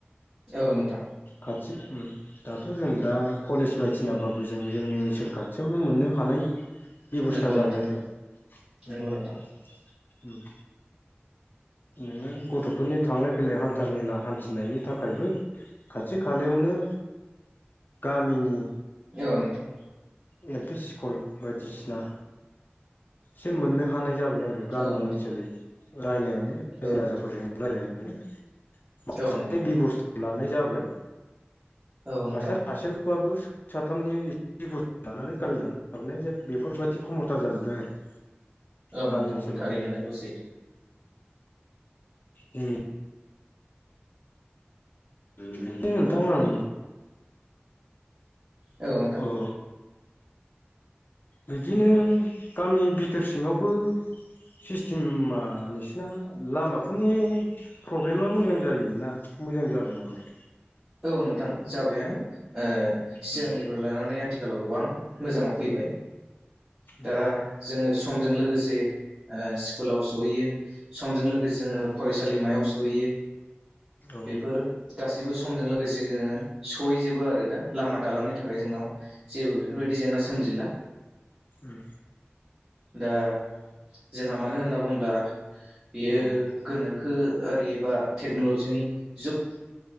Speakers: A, on the right; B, on the left.
A: औ नोंथां
B: खाथि उम दाथ' जों दा कलेज बायदिसिनाबाबो जों जोंनि ओनसोल खाथियावनो मोननो हानाय बेब'स्था
A: नंगौ
B: जाबाय
A: नोंथां
B: आरो उम
A: नंगौ नोंथां
B: उम उम। नोंङो गथफोरनि थांलाय फैलाय हान्था मेला हान्थिनायनि थाखायबो खाथि खालायावनो गामिनि
A: औ औ नोंथां।
B: एल पि स्कुल बायदिसिना एसे मोननो हानाय जाबाय आरो गामि
A: औ नोंथां
B: ओनसोलै रायलायनानै रायजो
A: औ नोंथां।
B: राजाफोरजों रायलायना। <unintelligible>
A: औ नोंथां
B: बेबस्था लानाय जाबाय।
A: औ नोंथां
B: मासतार सासेल' बाबो साथामनि एसे बुस्थु लानानै गामियानो माबानाय जे बेफोरबाददि खमथा जाजोबबाय आरो।
A: औ
B: गामि
A: नोंथां
B: ओनसोलाव
A: थारैनो
B: जोङो
A: नोंगौ सैथो।
B: उम। उम नोंथां आं
A: औ नोंथां
B: अ। बिदिनो गामि बिथोर सिङावबो <unintelligible> दा लामाफोरनि प्रब्लेमा मोजां जायोना मोजां जाबाय नामा?
A: औ नोंथां जाबायानो ओ सिगांनिफ्राय
B: उम
A: लानानै आथिखालाव गोबां मोजाङाव फैबाय
B: उम
A: दा जोङो स समजों लोगोसे ओ स्कुलाव सहैयो समजों लोगोसे जोङो
B: उम
A: फरायसालिमायाव स सहैयो
B: औ
A: बेफोर गासिबो समजों लोगोसे जोङो सहैजोबो आरो दा लामा दालांनि थाखाय
B: औ
A: जोंनाव जेबो बेफोरबायदि
B: उम
A: जेंना सोमजिला।
B: उम
A: दा जोंहा
B: उम
A: मानो होनना बुंब्ला बियो
B: औ
A: गोनोखो आरि बा टेक्नलजिनि जुग।